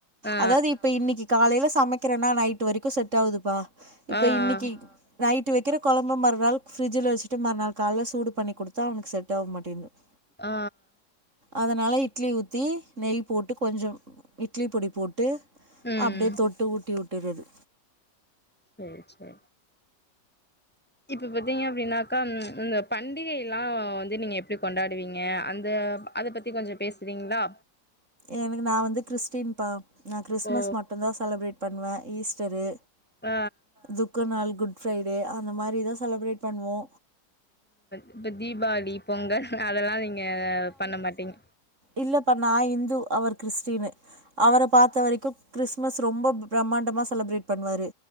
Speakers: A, in the centre; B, on the right (about 40°).
A: ஆ
B: அதாது இப்ப இன்னிக்கு காலையில சமைக்கிறன்னா நைட்டு வரைக்கு செட் ஆவுதுப்பா இப்ப
A: ஆ ஆ
B: இன்னிக்கி நைட்டு வைக்கிற கொழம்பு மறுநாள் ஃபிரிட்ஜல வச்சிட்டு மறுநாள் கால சூடு பண்ணி குடுத்தா அவனுக்கு செட் ஆகா மாடிது உ <inaudible>
A: ஆ
B: அதனால இட்லி ஊத்தி நெய் போட்டு கொஞ்சோ இட்லி பொடி போட்டு
A: ம்
B: அப்டியே தொட்டு ஊட்டிவுட்டுரது
A: சே சே இப்ப பாத்தீங்க அப்டின்னாக்கா ம் இந்த பண்டிகை இல்லா வந்து நீங்க எப்பிடி கொண்டாடுவீங்க அந்த அத பத்தி கொஞ்சோ பேஸ்றீங்களா
B: எனக்கு நா வந்து கிறிஸ்டின்பா நா கிறிஸ்மஸ்
A: ஓ
B: மட்டுதா செலப்ரேட் பண்ணுவே ஈஸ்டரு
A: ஆ
B: துக்க நாள் குட் ப்ரைடே அந்த மாரி தா செலப்ரேட் பண்ணுவோ
A: இப்போ தீபாவளி பொங்கல் அதலா நீங்க பண்ண மாட்டீங்க
B: இல்லப்ப நான் இந்து அவர் கிறிஸ்டினு அவர பாத்த வரைக்கும் கிறிஸ்மஸ் ரொம்ப பிரம்மாண்டமா செலப்ரேட் பண்ணுவாரு